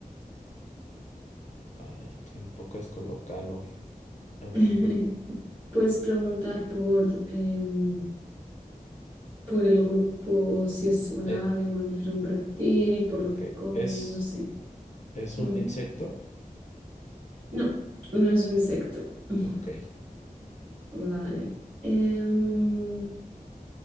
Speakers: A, on the left; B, on the right.
A: Ay, estoy un poco descolocado. Em,
B: <laughs> Puedes preguntar por, em, por el grupo, si es un
A: eh,
B: ave, un mamífero, un reptil, por
A: ok,
B: lo que come,
A: ¿es,
B: no sé.
A: es
B: Mm.
A: un insecto?
B: No, no es un insecto. <laughs>
A: Ok.
B: Vale. Em,